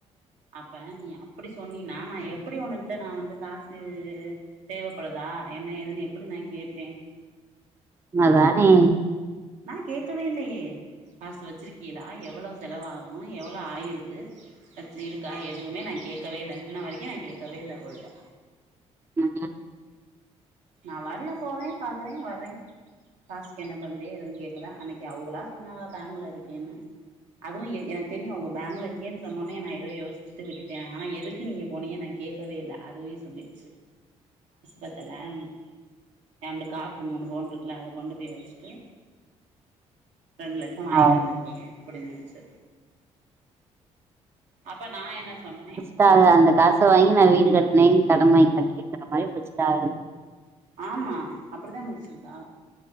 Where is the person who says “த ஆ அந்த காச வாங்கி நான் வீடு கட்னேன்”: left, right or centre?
Right